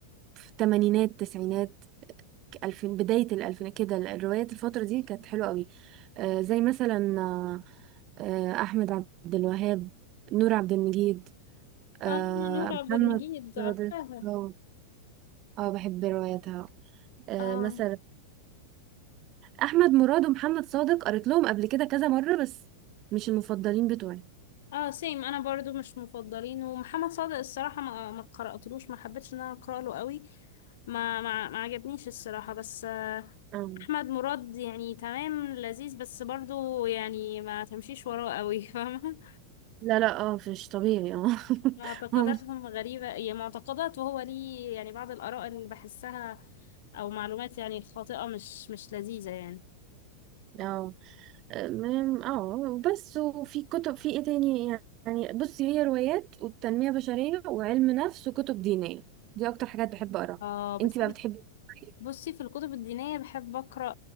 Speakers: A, on the right; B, on the left.
A: في الثمانينات التسعينات الفين بدايه الالفينات كده الروايات الفتره دي كانت حلوه قوي آه، زي مثلا آه، آه، احمد عبد الوهاب نور عبد المجيد آه،
B: اه نور عبد
A: محمد
B: المجيد
A: صادق
B: عارفاها
A: اه آه، بحب رواياتها آه،
B: اه
A: مثلا احمد مراد ومحمد صادق قريت لهم قبل كده كذا مره بس مش المفضلين بتوعي
B: اه سيم انا برضو مش مفضلين ومحمد صادق الصراحة ما ما قرأتلوش ما حبيتش ان انا اقرأ له قوي ما ما ما عجبنيش الصراحة بس
A: اه
B: احمد مراد يعني تمام لذيذ بس برضو يعني ما تمشيش وراه قوي فاهمه
A: لا لا اه مش طبيعي اه <laughs>
B: <laughs> معتقداتهم
A: هم-
B: غريبه هي معتقدات وهو ليه يعني بعض الاراء اللي بحسها او معلومات يعني خاطئه مش مش لذيذه يعني
A: اه أم- اه بس وفي كتب في ايه تاني يعني بصي هي روايات والتنمية بشرية وعلم نفس وكتب دينية دي اكتر حاجات بحب اقراها
B: اه بتحبي
A: انتي بقى بتحبي إيه؟
B: بصي في الكتب الدينيه بحب اقرا